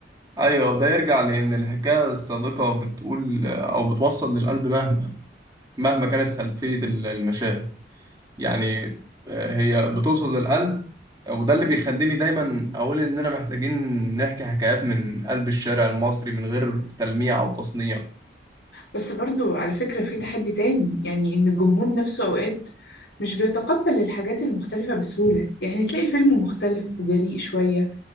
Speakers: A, on the right; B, on the left.
A: ايوه وده يرجع لان الحكايه الصادقه بتقول او بتوصل للقلب مهما مهما كانت خلفيه المشاهد يعني آه، هي بتوصل للقلب وده اللي بيخليني دايما اقول اننا محتاجين نحكي حكايات من قلب الشارع المصري من غير تلميع او تصنيع
B: بس برضو على فكرة في تحدي تاني يعني إن الجمهور نفسه أوقات مش بيتقبل الحاجات المختلفة بسهولة يعني تلاقي فيلم مختلف وجريء شوية